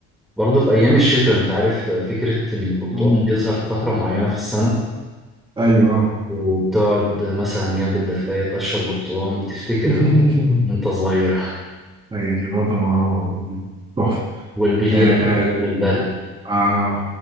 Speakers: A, in the centre; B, on the right.
A: برضه في ايام الشتاء انت عارف آه، فكره ان البرتقال
B: مم.
A: بيظهر في فتره معينه في السنه
B: ايوه اه
A: وبتقعد مثلا جنب الدفاية تقشر برتقال بتفتكر
B: <laughs>
A: وأنت صغير
B: ايوه دي برضه آه، تحفه
A: والبليلة
B: آه
A: في الأيام البرد
B: آه